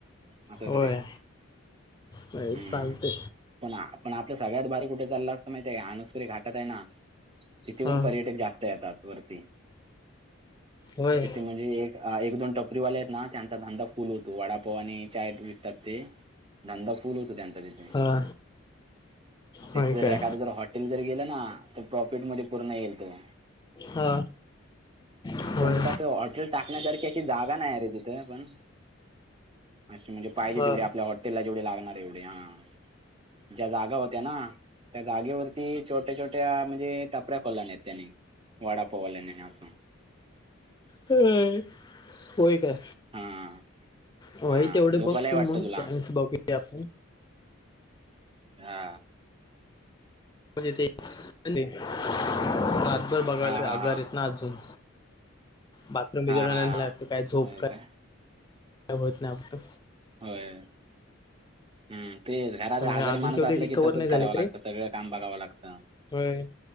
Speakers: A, on the right; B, on the left.
A: असं
B: होय
A: करूया
B: होय
A: हम्म.
B: चालते
A: पण आपण आपलं सगळ्यात भारी कुठे चालला असं माहितय आहे आनुसकरी घाटात आहे ना तिथे
B: हा
A: पण पर्यटक जास्त वरती
B: होय
A: तथे म्हणजे एक अ एक दोन टपरीवाले आहेत ना त्यांचा धंदा फुल होतो वाडा हो आणि चाय विकतात ते धंदा फु होतो त्यांचा तिथे.
B: हा
A: तिथे
B: होय
A: जर
B: काय
A: एखाद्या जर हॉटेल जर गेलं ना, तर प्रॉफिट मध्ये पूर्ण येईल तो.
B: हा होय
A: पण तिथ अस हॉटेल. टाकण्यासारखी अशी जागा नाही रे तिथे, पण असं म्हणजे पाहिजे
B: हा
A: तेवढे आपल्या हा. ला जेवढे लागणार एवढे हा, ज्या जागा होत्या ना त्या जागेवरती छो छोट्या छोट्या म्हणजे टपऱ्या खोल्या नाईत त्याने वाडा पोवाल्याने अस.
B: हे होय काय?
A: हां
B: होय
A: हां
B: तेवढे
A: झोपायलाही
B: बघ तू
A: वाटतं
B: मग
A: तुला
B: चान्स बघूया आपण.
A: हा
B: णज ते रातभर बघायलाग
A: हां
B: आजार
A: हां हां
B: येत ना अजून. बाथरूम ब ज
A: हां हां हां
B: लागत काय झोप
A: होय का
B: होत नाही.
A: होय हम्म. ते घरात
B: होय
A: आजारी
B: अजून
A: माणूस
B: तेवढे
A: असला
B: रिकवर
A: की तसच
B: नाही
A: करावं
B: झाले तरी
A: लागत सगळं काम बघावं लागत.
B: होय